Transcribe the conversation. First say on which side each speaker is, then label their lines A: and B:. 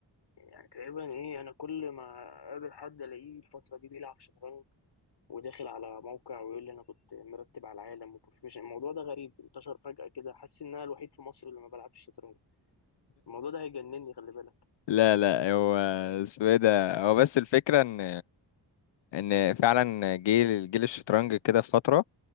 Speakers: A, on the left (about 70°); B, on the left (about 85°).
A: يعني تقريبا ايه انا كل ما اقابل حد الاقيه الفترة دي بيلعب شطرنج وداخل على موقع ويقول لي انا كنت مرتب على العالم وبروفيشنال الموضوع ده غريب انتشر فجأة كده حاسس ان انا الوحيد في مصر اللي ما بلعبش شطرنج الموضوع ده هيجنني خلي بالك
B: لا لا هو اسمه ايه ده هو بس الفكره ان ان فعلا جيل جيل الشطرنج كده في فتره